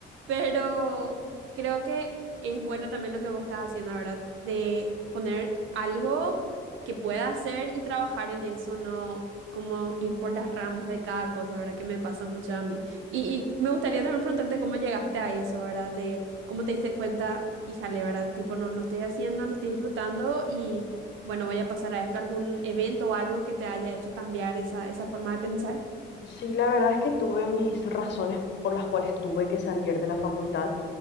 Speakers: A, on the right; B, on the left.
A: pero creo que es bueno también lo que vos estás haciendo, ¿verdad? De poner algo que pueda hacer y trabajar en eso, no como ir por las ramas de cada cosa, ¿verdad? Que me pasa mucho a mí. Y, y me gustaría también preguntarte cómo llegaste a eso, ¿verdad? De cómo te diste cuenta, híjale, ¿verdad? Tipo, no, no estoy haciendo, no estoy disfrutando y bueno, voy a pasar a esto, algún evento o algo que te haya hecho cambiar esa, esa forma de pensar.
B: Sí, la verdad es que tuve mis razones por las cuales tuve que salir de la facultad.